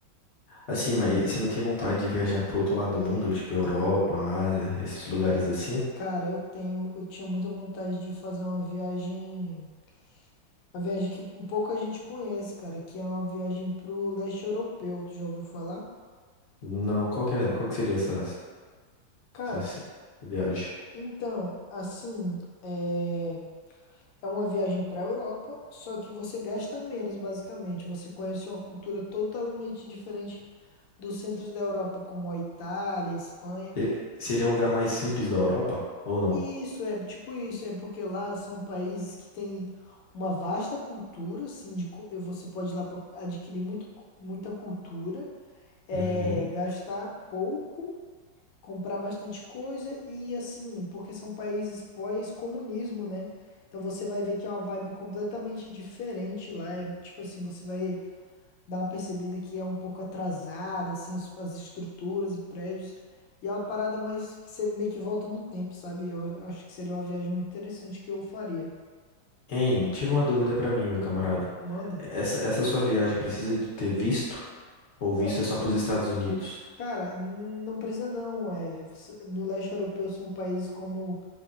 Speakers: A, on the left; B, on the left.
A: Assim, mas você não tem vontade de viajar pro outro lado do mundo, tipo Europa, Ásia, esses lugares assim?
B: Cara, eu tenho, eu tinha muita vontade de fazer uma viagem, uma viagem que pouca gente conhece, cara, que é uma viagem pro leste europeu, tu já ouviu falar?
A: Não, qual que é, qual que seria essa
B: Cara,
A: essa viagem
B: então, assim, é, é uma viagem pra Europa, só que você gasta menos, basicamente. Você conhece uma cultura totalmente diferente dos centros da Europa, como a Itália, a Espanha.
A: Se- Seria um lugar mais simples da Europa ou não?
B: Isso é tipo isso, é porque lá são países que têm uma vasta cultura, assim, de, cu- você pode ir lá para adquirir muito, cu- muita cultura, é,
A: Uhum.
B: gastar pouco, comprar bastante coisa e assim, porque são países pós-comunismo, né? Então você vai ver que é uma vibe completamente diferente lá, é tipo assim, você vai dá uma percebida que é um pouco atrasado, assim, os- as estruturas e prédios. E é uma parada mais que você meio que volta no tempo, sabe? Eu, a- eu acho que seria uma viagem muito interessante que eu faria.
A: Hein, tira uma dúvida pra mim, meu camarada.
B: Manda.
A: Essa, essa sua viagem precisa de ter visto ou
B: Não,
A: visto é só pros Estados Unidos?
B: cara, não precisa não. É, você- no leste europeu são países como